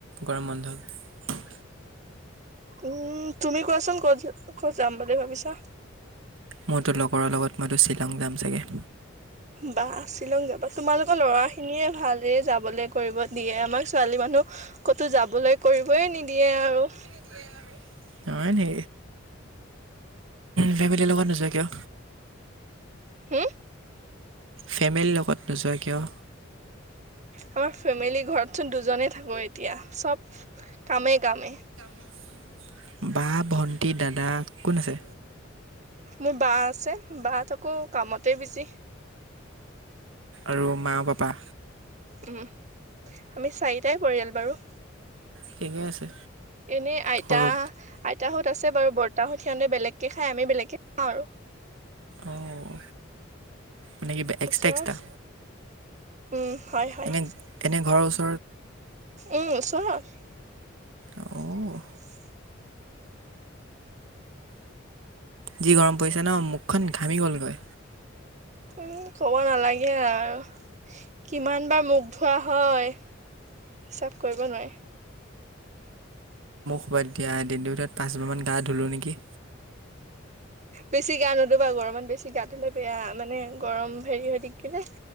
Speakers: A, on the right; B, on the right.
A: গৰম বন্ধত
B: উম তুমি কোৱাচোন ক'ত য ক'ত যাম বুলি ভাবিছা
A: মোৰতো লগৰৰ লগত মইতো শ্বিলং যাম চাগে
B: বা শ্বিলং যাবা তোমালোকৰ ল'ৰা খিনিয়ে ভালেৰে যাবলে কৰিব দিয়ে আমাৰ ছোৱালী মানুহ ক'তো যাবলৈ কৰিবই নিদিয়ে আৰু
A: নিদিয়ে আৰু হয়নি ফেমেলি লগত নোযোৱা কিয়
B: হো
A: ফেমেলীৰ লগত নোযোৱা কিয়
B: আমাৰ ফেমিলি ঘৰতচোন দুজনে থাকো এতিয়া চব কামে কামে
A: <inaudible> বা ভণ্টি দাদা কোন আছে
B: মোৰ বা আছে বা আকৌ কামতে বিজি
A: আৰু মা পাপা
B: উম আমি চাৰিটাই পৰিয়াল বাৰু
A: ঠিকে আছে
B: এনেই আইতা
A: সৰু
B: আইতাহত আছে বাৰু বৰ্তাহত সিহতে বেলেগকে খাই আমি বেলেগকে খাওঁ আৰু
A: অঁ মানে কি এক্সট্ৰা
B: ওচৰত
A: এক্সট্ৰা
B: উম হয় হয়
A: এনে এনে ঘৰৰ ওচ
B: উম ওচৰত
A: অ'
B: <inaudible>
A: কি গৰম পৰিছে ন? মুখখন ঘামি গ'লগৈ
B: উম' কব নালাগে। গে আৰু। কিমান বাৰ মুখ ধোৱা হয়। হিচাপ কৰিব নোৱাৰি।
A: হ'ব দিয়া, দিনটোৰ ভিতৰত পাঁচ বাৰান গা ধুলোঁ নেকি।
B: বেছি গা নোধোৱা, গৰমত বেছি গা দিলে বেয়া, মানে গৰম হেৰি হৈ থাকে না।